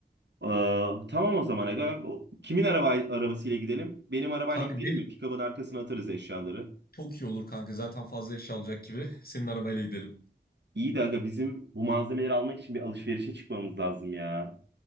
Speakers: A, on the right (about 70°); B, on the left (about 55°).
A: Ee, tamam o zaman Aga. O- Kimin araba, arabasıyla gidelim? Benim arabayla
B: Kanka
A: gidelim
B: benim
A: mi? Pikabın arkasına atarız eşyaları.
B: çok iyi olur kanka. Zaten fazla eşya alacak gibi. <laughs> Senin arabayla gidelim.
A: İyi de Aga bizim bu malzemeleri almak için bir alışverişe çıkmamız lazım ya.